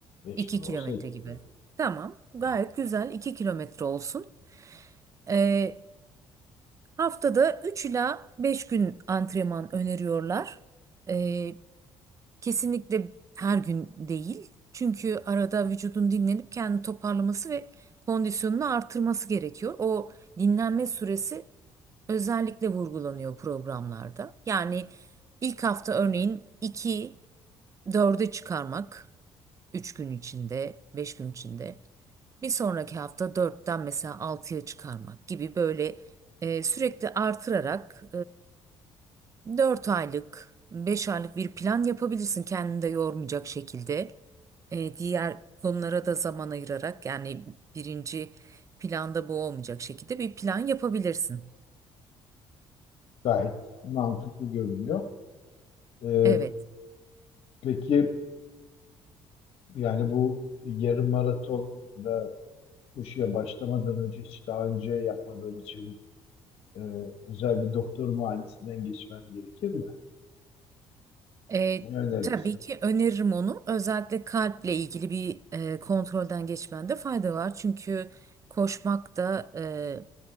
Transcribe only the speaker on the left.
5
kilo
olsa 2
kilometre.
Evet,
gayet mantıklı görünüyor. E,
peki yani bu yarım maraton da koşuya başlamadan önce hiç daha önce yapmadığım için e, özel bir doktor muayenesinden geçmem gerekir mi?
Ne önerirsin?